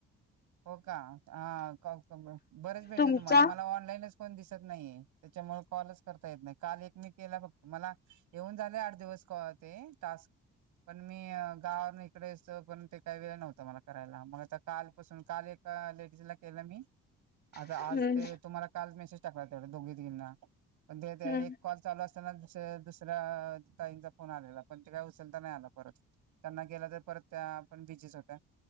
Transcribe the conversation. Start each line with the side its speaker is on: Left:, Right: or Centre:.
Right: हो का हा बरेच भेटले
Left: तुमचा
Right: तुम्हाला मला ऑनलाईनच. कोण दिसत नाहीये त्याच्यामुळे कॉलच करता येत नाही काल एक मी केला फक्त मला. येऊन झाले आठ दिवस क ते टास्क. पण मी गावाून इकडेतं पण ते काही वेळ नव्हतं मला करायला मग आता काल. काल ए लेडीजला केलं मी आता
Left: हम्म
Right: आज ते तुम्हाला. काल मेसेज टाकला तेवढ दोघी तीघिना पण ते त्या
Left: हम्म
Right: एक कॉल. चालू असताना दुसऱ्या दुसऱ्या ताईंचा फोन आलेला पण ते काय उचलता नाही आला परत. त्यांना गेलं तर परत त्या पण बीजीच होत्या